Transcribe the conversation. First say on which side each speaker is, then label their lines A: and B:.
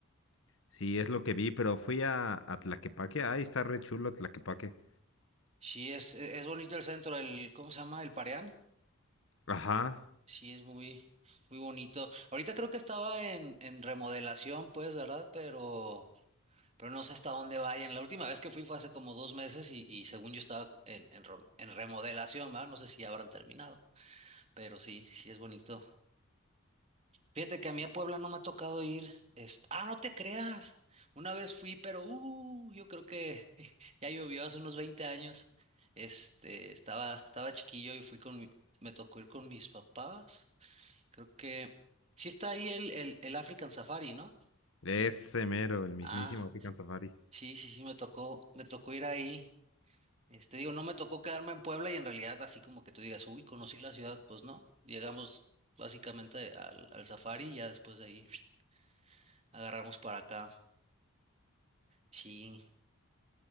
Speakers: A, on the left; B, on the right.
A: Sí, es lo que vi, pero fui a, a Tlaquepaque. Ay, está re chulo Tlaquepaque.
B: Sí, es, e- es bonito el centro, el, ¿cómo se llama? El Pareán.
A: Ajá,
B: Sí, es muy, muy bonito. Ahorita creo que estaba en, en remodelación, pues, ¿verdad? Pero... pero no sé hasta dónde vayan. La última vez que fui fue hace como dos meses y, y según yo estaba en, en, rom- en remodelación, ¿verdad? No sé si ya habrán terminado, pero sí, sí es bonito. Fíjate que a mí a Puebla no me ha tocado ir. est- Ah, no te creas. Una vez fui, pero uh, yo creo que <laughs> ya llovió hace unos 20 años. Este, estaba, estaba chiquillo y fui con mi- me tocó ir con mis papás. Creo que sí está ahí el, el, el African Safari, ¿no?
A: ese mero, el mismísimo
B: Ah,
A: African Safari.
B: sí, sí, sí, me tocó, me tocó ir ahí. Este, digo, no me tocó quedarme en Puebla y en realidad así como que tú digas, uy, conocí la ciudad, pues no. Llegamos básicamente al, al safari y ya después de ahí <sniffs> agarramos para acá. Sí,